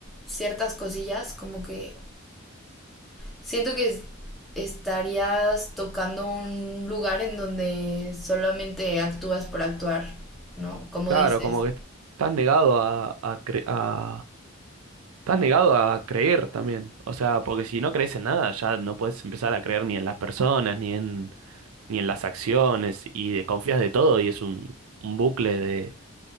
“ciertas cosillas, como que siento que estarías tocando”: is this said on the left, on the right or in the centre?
Centre